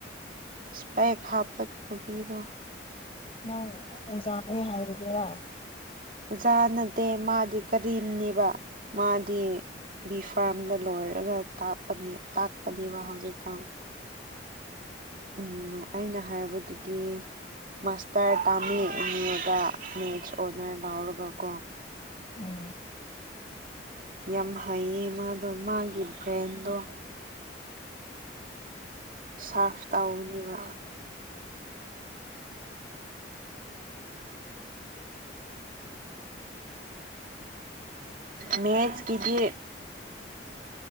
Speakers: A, on the right (about 45°); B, on the left (about 30°).
A: ꯏꯁꯄꯦꯛ ꯍꯥꯞꯄ ꯅꯨꯄꯤꯗꯣ
B: ꯅꯪ ꯑꯣꯖꯥꯅꯦ ꯍꯥꯏꯕꯗꯨꯔ
A: ꯑꯣꯖꯥ ꯅꯠꯇꯦ ꯃꯥꯗꯤ ꯀꯔꯤꯝꯅꯦꯕ ꯃꯥꯗꯤ ꯕꯤ ꯐꯥꯔꯝꯗ ꯂꯣꯏꯔꯒ ꯇꯥꯛꯄꯅꯦ ꯇꯥꯛꯄꯅꯦꯕ ꯍꯧꯖꯤꯛꯀꯥꯟ ꯎꯝ ꯑꯩꯅ ꯍꯥꯏꯕꯗꯨꯗꯤ ꯃꯥꯁꯇꯔ ꯇꯥꯃꯤ ꯎꯅꯤꯡꯉꯒ ꯃꯦꯊꯁ ꯑꯣꯅꯔꯁ ꯂꯧꯔꯒ ꯀꯣ
B: ꯎꯝ
A: ꯌꯥꯝ ꯍꯩꯌꯦ ꯃꯥꯗꯣ ꯃꯥꯒꯤ ꯕ꯭ꯔꯦꯟꯗꯣ ꯁꯥꯔꯐ ꯇꯧꯅꯤꯕ ꯃꯦꯊꯁ ꯀꯤꯗꯤ